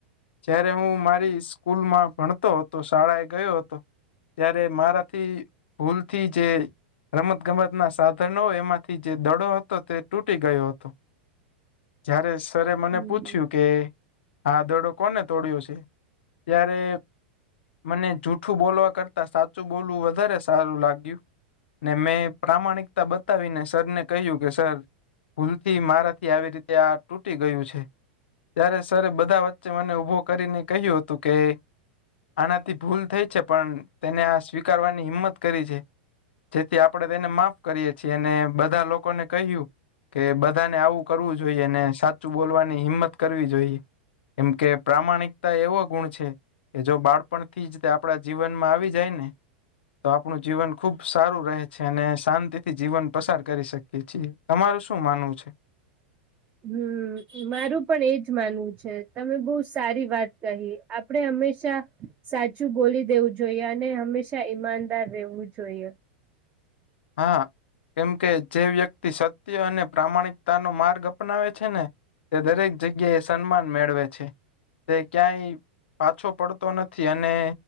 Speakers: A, on the left (about 80°); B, on the right (about 25°).
A: જયારે હું મારી સ્કૂલ માં ભણતો હતો શાળાએ ગયો હતો. ત્યારે મારાથી ભૂલથી જે રમત ગમતના સાધનો એમાંથી જે દડો હતો તે તૂટી ગયો હતો જયારે સર મને
B: હમ
A: પૂછ્યું કે આ દડો કોને તોડ્યો છે ત્યારે મને જૂઠું બોલવા કરતા સાચું બોલવું વધારે સારું લાગ્યું ને મેં પ્રામાણિકતા બતાવીને સરને કહ્યું કે સર ભૂલથી મારાથી આવી રીતે આ તૂટી ગયું છે ત્યારે સરે બધા વચે મને ઊભો કરીને કહ્યું હતું કે આનાથી ભૂલ થઈ છે પણ તેને આ સ્વીકારવાની હિંમત કરી છે. જેથી આપડે તેને માફ કરીએ છીએ અને બધા લોકોને કહ્યું કે બધાને આવું કરવું જોઈએ અનેને સાચું બોલવાની હિંમત કરવી જોઈએ કેમ કે પ્રામાણિકતા એવો ગુણ છે એ જો બાળપણ થી આપડા જીવનમાં આવી જાય ને તો આપણું જીવન ખુબ સારું રહે છે અને શાંતિ થી જીવન પસાર કરી શકીએ છીએ તમારું શું માનવું છે?
B: હમ મારું પણ એજ માનવું છે તમે બહુ સારી વાત કહી આપણેે હંમેશા સાચું બોલી દેવું જોઈએ અને હંમેશા ઈમાનદાર રહેવું જોઈએ
A: હા કેમ કે જે વ્યક્તિ સત્ય અને પ્રામાણિક પોતાનો માર્ગ અપનાવે છે ને તે દરેક જગ્યા એ સન્માન મેળવે છે તે ક્યાંય પાછો પડતો નથી અને